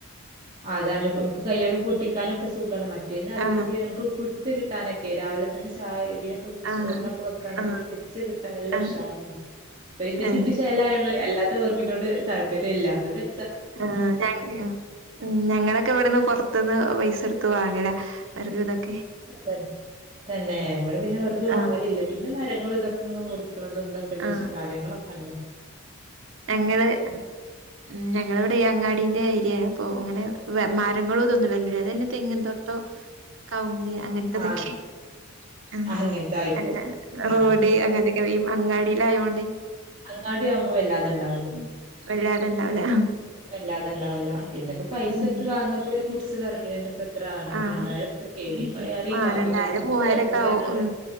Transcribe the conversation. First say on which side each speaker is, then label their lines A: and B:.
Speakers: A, on the right; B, on the right.
A: അതാണ്ട് നമുക്ക് കയ്യോണ്ട് പൊട്ടിക്കാനെക്കെ സുഖമാണ് മറ്റേതിന്റാതിരിക്ക്
B: ആ
A: നമുക്ക് കുഡ് ത് കിട്ടാനൊക്കെ രാവിലെ അ ചായ ഇ തിനൊക്കെ പിടിച്ച്
B: ആ
A: ചേർണൊക്കെ വെക്കയാണെങ്കിൽ
B: ആ
A: പിടിച്ച് കിട്ടാൻ എല്ലാം
B: ആ
A: ഉഷാറാണ് ഇപ്പൊ ഇത്
B: ഏ
A: കിട്ടി ചേലായേണ്ട് അല്ലാത്ത വർഗിനോട് താല്പര്യമില്ലല അത് വെ
B: ആഹ തങ്ക്യൂ ഉം ഞങ്ങളൊക്കെ ഇവിടെന്ന് പുറത്തുന്ന് പൈസ കെടുത്ത് വാങ്ങല വർക് ഇതൊക്കെ
A: തരി തന്നെ.. ഇവിടെ പിന്നെ വെറുക് വാങ്ങലില്ല
B: ആ
A: പിന്നെ മരങ്ങൾ ഇതൊന്നും മുറിക്കുണതും ഇതൊക്കെ
B: ആ
A: ഷ് മരങ്ങളൊക്കെണ്ട്.
B: ഞങ്ങള് ഉം ഞങ്ങളവിടെ ഈ അങ്ങാടിന്റെ ഏരിയയാ. പ്പൊ അങ്ങനെ വെ മരങ്ങളും തൊന്നും വേങ്ങില തെങ്ങിൽ തൊട്ടോ കവ്ങ്ങിയ അങ്ങൻത്തതൊക്കെ
A: ആ
B: ആഹ്
A: അങ്ങനത്തായിരിക്കും
B: അല്ല റോഡ്
A: ആഹ്
B: അങ്ങനെ. ഈ അങ്ങാടീലായേണ്ട്
A: അങ്ങാടി ആവുമ്പോ വല്ലാതണ്ടാവലി
B: ഉം. വല്ലാതെ ഇണ്ടാവൂല
A: വല്ലാതെണ്ടാവുല പിന്നെപ്പൊ പൈസ
B: ഉം
A: എടുത്ത് വാങ്ങുബേ ഒരു കുട്സ് വെർകിനെന്നെ പ്പത് എത്രാണ്
B: ആഹ്
A: രണ്ടായിരെർപൃക്കേന്
B: ഉം
A: ഇപ്പ
B: ഉം.
A: ഏറീണ്ടാവും
B: ആഹ്
A: അപ്പൊ
B: രണ്ടായിരം
A: ഗ്യാസിന്
B: മൂവായിരൊക്കെ
A: വെല കൂടീന്പർഞാണ്ട്.
B: ആവും ഉം